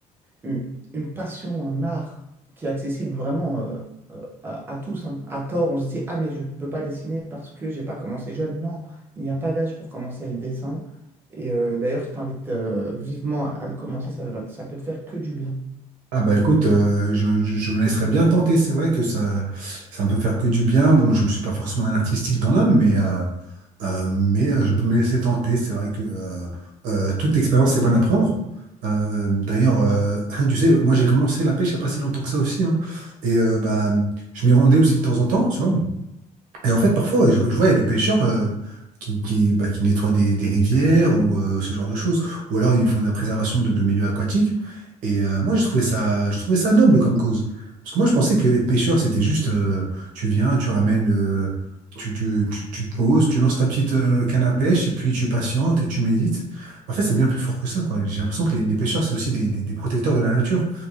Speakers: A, on the right; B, on the right.
A: une, une passion, un art qui est accessible vraiment euh, euh, à, à tous. hein. À tort, on se dit, ah mais je ne peux pas dessiner parce que j'ai pas commencé jeune. Non, il n'y a pas d'âge pour commencer le dessin. Et euh, d'ailleurs, je t'invite euh, vivement à, à le commencer, ça, va- ça peut te faire que du bien.
B: Ah bah écoute, euh, je, je- je me laisserais bien tenter. C'est vrai que ça, ça me peut faire que du bien. Bon, je ne suis pas forcément un artistique dans l'âme, mais, euh, euh, mais euh, je peux me laisser tenter. C'est vrai que euh, euh, toute expérience est bonne à prendre. Euh, d'ailleurs, euh, <laughs> <clears throat> tu sais, moi j'ai commencé la pêche il n'y a pas si longtemps que ça aussi. hein. Et euh, bah, je m'y rendais aussi de temps en temps, tu vois. Et en fait, parfois, ouais, je, je vois, il y a des pêcheurs euh, qui, qui, bah, qui nettoient des, des rivières ou euh, ce genre de choses. Ou alors, ils font de la préservation de, de milieux aquatiques. Et euh, moi, j'ai trouvé ça, je trouvais ça noble comme cause. Parce que moi, je pensais que être pêcheur, c'était juste, euh, tu viens, tu ramènes, euh, tu, tu, tu, tu te poses, tu lances ta petite euh, canne à pêche, et puis tu patientes et tu médites. En fait, c'est bien plus fort que ça, quoi. J'ai l'impression que les, les pêcheurs, c'est aussi des, des- des protecteurs de la nature.